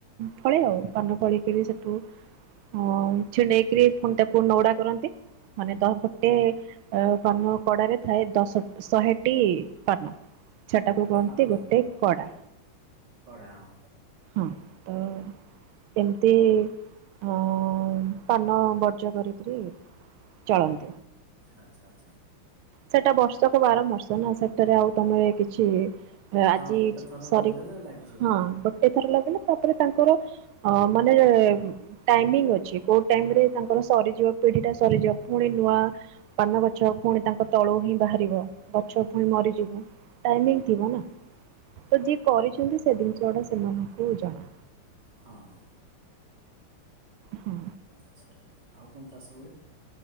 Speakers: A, on the right; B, on the right.
A: ଫଳେ ଆଉ କାନ ଫଳେଇକରି ସେଠୁ ଆ ଛିଣ୍ଡେଇକିରିପୁଣି ତାକୁ ନଉଡା କରନ୍ତି। ମାନେ ଦଶ ଗୋଟେ ଅ ପାନ କଡାରେ ଥାଏ ଦଶ ଶହେଟି ପାନ ଛଟାକୁ କୁହନ୍ତି
B: ହଁ
A: ଗୋଟେ କଡା
B: କଢ଼ା ହଁ
A: ହଁ ତ ଏମିତି ଉ ପାନ ବର୍ଜା କରିକରି ଚଳନ୍ତୁ
B: ଆଚ୍ଛା ଆଚ୍ଛା
A: ସେଟା ବର୍ଷକୁ ବାରମର୍ଷ ନା ସେଠାରେ ଆଉ ତମର କିଛି ଆଜି
B: ହଁ ଗୋଟେ ଥର
A: ସରି
B: ଲଗେଇଦେଲେ ଲାଗିଯିବ
A: ହଁ ଗୋଟେ ଥର ଲାଗିଲା ତାପରେ ତାଙ୍କର ଅ ମାନେ ଟାଇମୀଙ୍ଗି ଅଛି କୋଉ ଟାଇମରେ ତାଙ୍କର ସରିଯିବ ପିଢି ଟା ସରିଯିବ ପୁଣି ନୂଆ ପାନ ଗଛ ପୁଣି ତାଙ୍କ ତଳୁ ହିଁ ବାହାରିବ ଗଛ ପୁ ମରିଯିବ ଟାଇମିଙ୍ଗ ଥିବ ନା ତ ଯିଏ କରିଛନ୍ତି ସେ ଜିନିଷ ଗୁଡା ସେମାନଙ୍କୁ ଜଣା
B: ହଁ
A: ହୁଁ
B: ଆଚ୍ଛା ଆଉ କଣ ଚାଷ ହୁଏ?